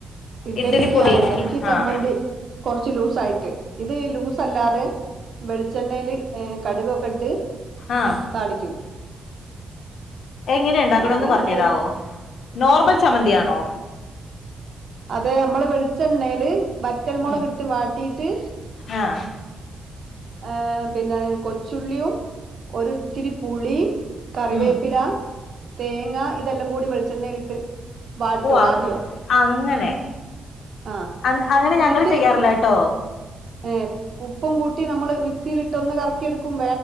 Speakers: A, on the right; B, on the left.
A: ഇഡ്ഡലിക്ക്
B: ഇഡ്ഡലി പൊടി
A: ആ ഇഡ്ഡലിക്ക് ചമ്മന്തി
B: ആഹ്
A: കുറച്ച് ലൂസായിട്ട് ഇത് ലൂസ് ല്ലാതെ വെളിച്ചണ്ണല് കടുകൊക്കെ ഇട്ട്
B: ആഹ്
A: താളിക്കും
B: എങ്ങനെ ഉണ്ടാക്കണന്ന്
A: അത്
B: പറഞ്ഞു
A: ഏഹ്,
B: തരാവോ നോർമൽ ചമ്മന്തിയാണോ?
A: അതെ നമ്മള് വെളിച്ചെണ്ണേല് വറ്റൽമുളക്
B: ഉം
A: ഇട്ട് വാട്ടീട്ട്
B: ആഹ്
A: ഏഹ് പിന്നെ കൊച്ചുള്ളിയും ഒര് ഇത്തിരി പുളി കറിവേപ്പില
B: ഉം
A: തേങ്ങ ഇതെല്ലാം കൂടി വെളിച്ചെണ്ണയിലിട്ട് വാട്ടും
B: ഓ അ
A: ആദ്യം
B: അങ്ങനെ
A: ആഹ്
B: അ അങ്ങനെ
A: എന്നിട്ട്
B: ഞങ്ങ ചെയ്യാറില്ല കേട്ടോ
A: ഏഹ് ഉപ്പും കൂട്ടി നമ്മള് മിക്സിയിലിട്ടൊന്ന് കറക്കിയെടുക്കും